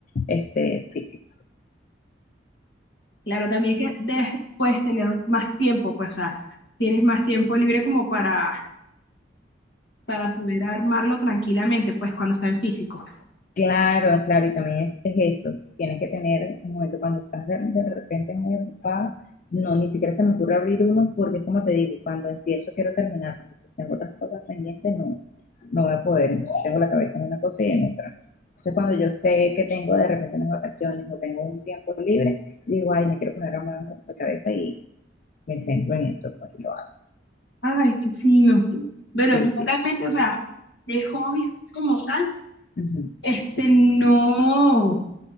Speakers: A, on the left; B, on the left.
A: este, físico.
B: Claro, también que des- puedes tener más tiempo, pues, o sea, tienes más tiempo libre como para, para poder armarlo tranquilamente, pues, cuando está en físico.
A: Claro, claro, y también es, es eso. Tienes que tener un momento cuando estás de, de repente muy ocupada. No, ni siquiera se me ocurre abrir uno porque es como te digo, cuando empiezo quiero terminar, porque si tengo otras cosas pendientes no, no voy a poder. Entonces tengo la cabeza en una cosa y en otra. Entonces cuando yo sé que tengo de repente unas vacaciones o tengo un tiempo libre, digo, ay, me quiero poner a armar un rompecabezas y me centro en eso, pues y lo hago.
B: Ay, que sí, no. Bueno,
A: Sí,
B: yo
A: sí.
B: realmente, o sea, de hobbies como tal,
A: Ujú.
B: este, no,